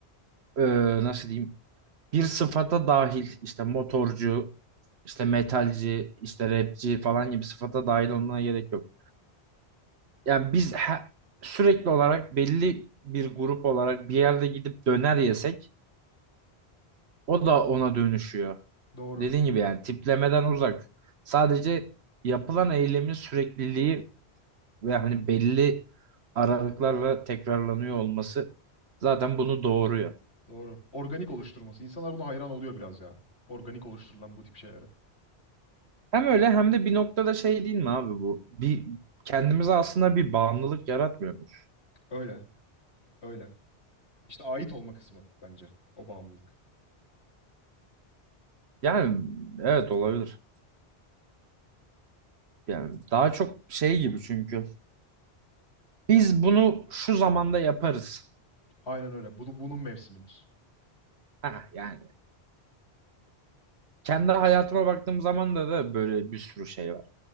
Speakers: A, on the right; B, on the left.
A: e, nasıl diyeyim bir sıfata dahil işte motorcu, işte metalci, işte rapçi falan gibi sıfata dahil olmana gerek yok. Yani biz he- sürekli olarak belli bir grup olarak bir yerde gidip döner yesek o da ona dönüşüyor.
B: Doğru.
A: dediğin gibi yani tiplemeden uzak. Sadece yapılan eylemin sürekliliği ve hani belli aralıklarla tekrarlanıyor olması zaten bunu doğuruyor.
B: Doğru. Organik oluşturması. İnsanlar buna hayran oluyor biraz ya. Organik oluşturulan bu tip şeylere.
A: Hem öyle hem de bir noktada şey değil mi abi bu? Bir kendimize aslında bir bağımlılık yaratmıyormuş.
B: Öyle. Öyle. İşte ait olma kısmı bence. O bağımlılık.
A: Yani evet olabilir. Yani daha çok şey gibi çünkü biz bunu şu zamanda yaparız.
B: Aynen öyle. Bu, bunun mevsimidir.
A: Ha yani kendi hayatıma baktığım zaman da da böyle bir sürü şey var.